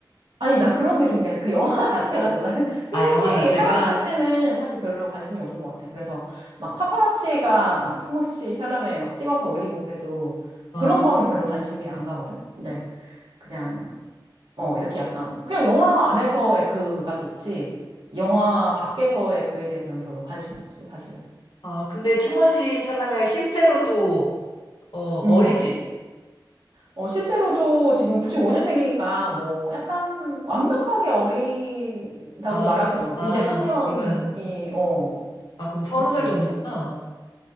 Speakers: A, on the right (about 75°); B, on the left (about 70°).
A: 아니, 난 그런 게 좋은 게 아니라 그 영화 <laughs> 자체가 좋아. 나는 티모시
B: 아, 영화 자체가?
A: 사람 자체는 사실 별로 관심이 없는 것 같아. 그래서 막 파파라치가 막 티모시 샬라메 막 찍어서 올리고 그래도
B: 어,
A: 그런 거는 별로 관심이 안 가거든. 근데 그냥 어 이렇게 약간 그냥 영화 안에서의 그가 좋지. 영화 밖에서의 그에 대해서는 별로 관심이 없어, 사실은.
B: 아, 근데 티모시 샬라메가 실제로도, 어,
A: 음.
B: 어리지?
A: 어, 실제로도 지금 95년생이니까 뭐 약간 완벽하게 어리다고
B: 아,
A: 말하기는
B: 그-
A: 어렵
B: 아,
A: 이제 성년이,
B: 그러면,
A: 어,
B: 아, 그럼 서른
A: 그치.
B: 살 정도구나.